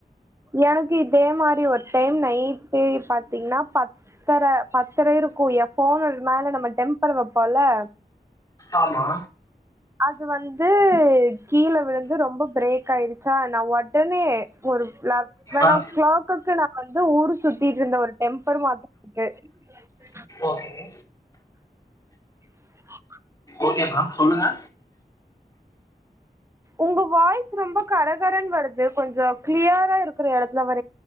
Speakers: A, on the right; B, on the left.
A: எனக்கு இதே மாரி ஒரு டைம் நைட் பாத்தீங்கன்னா பத்தரை பத்தரை இருக்கும் ஏ ஃபோன் ல் மேல நம்ம டெம்பர் வப்போம்ல
B: ஆமா
A: அது வந்து கீழ விழுந்து ரொம்ப பிரேக் ஆயிடுச்சா நா ஒட் உடனே ஒரு லவனோ
B: ஆ
A: க்ளாக்குக்கு நான் வந்து ஊர் சுத் த்திட்ருந்த ஒரு டெம்பர் மாட் <unintelligible>
B: ஓகே
A: ஆஹ
B: ஓகே மேம் சொல்லுங்க
A: உங்க வாய்ஸ் ரொம்ப கரகரன் வருது கொஞ்சம் கிளியரா இருக்கிற எடத்துல வந்